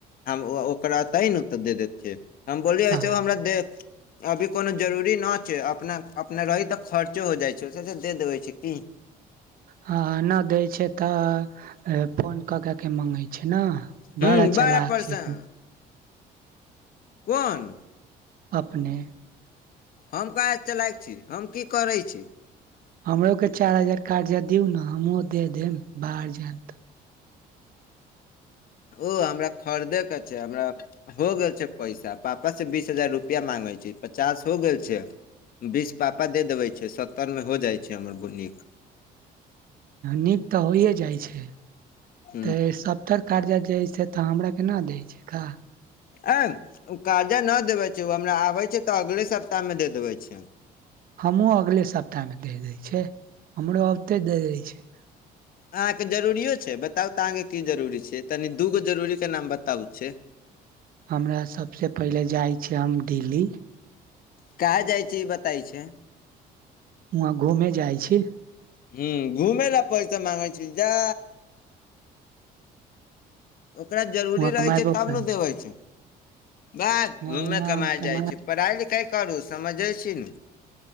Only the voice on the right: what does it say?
आ
हँ नहि दै छै तऽ फोन कऽ कऽ के माँगै छै ने बड़ा
चालाक
छे अपने
अपने
हमरोके चारि हजार कर्जा दियु न हमहूँ दे देम बाहर जायब तऽ
नीक तऽ होइए जाइ छै
तऽ सब तर कर्जा जे हइ से तऽ हमरा के ना दै छै का
हमहुं अगले सप्ताह मे दे दै छै हमरो अबते दे दै छै
हमरा सभसँ पहिले जाइ छी हम दिल्ली
वहां घूमे जाइ छी
वहाँ
कमेबो
करै
छी
वहाँ
वहाँ
हम कमा